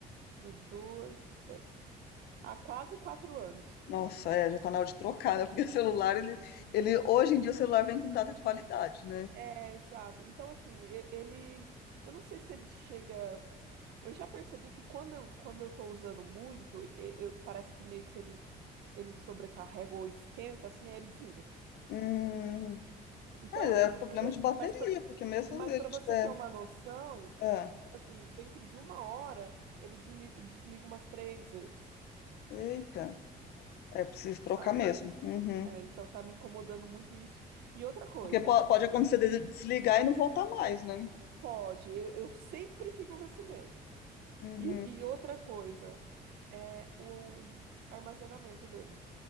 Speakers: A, on the right; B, on the left.
A: deixa eu ver, dois, três, há quase quatro anos.
B: Nossa, é, já tá na hora de trocar, né? Porque <laughs> celular, ele, ele, hoje em dia o celular vem com data de validade, né?
A: É, exato. Então, assim, e- ele, eu não sei se ele chega. Eu já percebi que quando eu, quando eu tô usando muito, e- eu- parece que meio que ele, ele sobrecarrega ou esquenta, assim, aí ele desliga.
B: Hum,
A: Então,
B: é,
A: assim,
B: é problema
A: c- é,
B: de bateria,
A: mas pra,
B: porque mesmo
A: mas
B: se ele
A: para
B: tiver,
A: você ter uma noção,
B: é,
A: tipo assim, dentro de uma hora, ele deli- desliga umas três vezes,
B: eita, é preciso
A: sabe?
B: trocar mesmo. Uhum.
A: É, então tá me incomodando muito isso. E outra coisa,
B: Porque po- pode acontecer de desligar e não voltar mais, né?
A: pode, eu, eu sempre fico com esse medo.
B: Uhum.
A: E, e outra coisa, é o armazenamento dele.